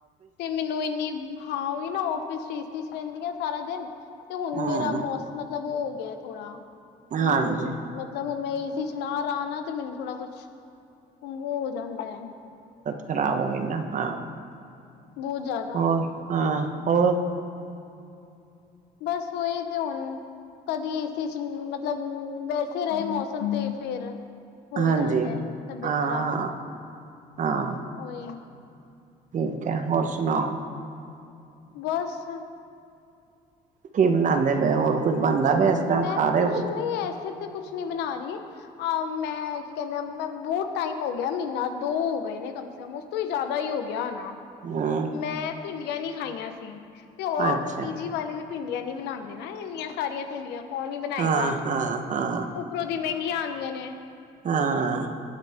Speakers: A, on the left; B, on the right.
A: ਤੇ ਮੈਨੂੰ ਇੰਨੀ ਹਾਂ ਉਹੀ ਨਾ ਔਫਿਸ ਚ ਏਸੀ ਚ ਰਹਿੰਦੀਆਂ ਸਾਰਾ ਦਿਨ ਤੇ ਹੁਣ
B: ਹਮ
A: ਮੇਰਾ ਮੌਸਮ ਮਤਲਬ ਉਹ ਹੋ ਗਿਆ ਥੋੜਾ ਹਮਤ
B: ਹਾਂਜੀ
A: ਮਤਲਬ ਹੁਣ ਮੈਂ ਏਸੀ ਚ ਨਾ ਰਹਾ ਨਾ ਤੇ ਮੈਨੂੰ ਥੋੜਾ ਕੁਛਗ ਹੋ ਜਾਂਦਾ ਹੈ
B: ਖਰਾਬ ਹੋ ਗਏ ਨਾ ਹਾਂ
A: ਬੂ ਜਾ
B: ਹੋਰ ਹਾਂ ਹੋਰ
A: ਬਸ ਉਹੀ ਤੇ ਹੁਣ ਕਦੀ ਏਸੀ ਮਤਲਬ ਵੈਸੇ ਰਹੇ ਮੌਸਮ ਤੇ ਫੇਰ ਹੋਈ
B: ਹਾਂਜੀ
A: ਜਾਂਦਾ ਹੈ ਤਬੀਅਤ
B: ਹਾਂ
A: ਖਰਾਬ
B: ਹਾਂ
A: ਉਹੀ
B: ਠੀਕ ਹੈ ਹੋਰ ਸੁਣਾਓ
A: ਬਸ
B: ਕੀ ਬਣਾਂਦੇ ਪਏ ਹੋਰ ਕੁੱਝ ਬਣਦਾ ਪਿਆ ਇਸ ਟਾਈਮ
A: ਮੈਂ
B: ਖਾ ਰਹੇ
A: ਕੁਛ
B: ਹੋ
A: ਨਹੀਂ ਐਸੇ ਤੇ ਕੁਛ ਨਹੀਂ ਬਣਾ ਰਹੀ ਅਹ ਮੈਂ ਕੀ ਕਹਿੰਦੇ ਮੈਂ ਬੋਤ ਟਾਈਮ ਹੋ ਗਿਆ ਮਹੀਨਾ ਦੋ ਹੋ ਗਏ ਨੇ ਕਮ ਸੇ ਕਮ ਤੋਂ ਹੀ ਜ਼ਿਆਦਾ ਹੀ ਹੋ ਗਿਆ ਨਾ
B: ਹਾਂ
A: ਮੈਂ ਭਿੰਡੀਆਂ ਨੀ ਖਾਈਆਂ ਸੀ ਤੇ ਉਹ
B: ਅੱਛਾ
A: ਪੀਜੀ ਵਾਲੇ ਵੀ ਭਿੰਡੀਆਂ ਨੀ ਬਣਾਂਦੇ ਨਾ ਇੰਨੀਆਂ ਸਾਰੀਆਂ ਭਿੰਡੀਆਂ ਕੌਣ ਈ ਬਣਾਏਗਾ
B: ਹਾਂ ਹਾਂ ਹਾਂ
A: ਉਪਰੋ ਦੀ ਮਹਿੰਗੀਆਂ ਆਂਦੀਆਂ ਨੇ।
B: ਹਾਂ।